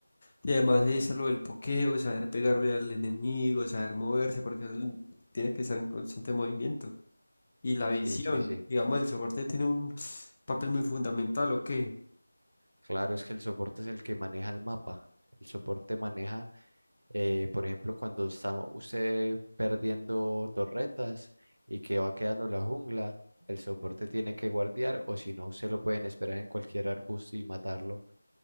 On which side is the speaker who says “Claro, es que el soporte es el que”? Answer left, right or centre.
Right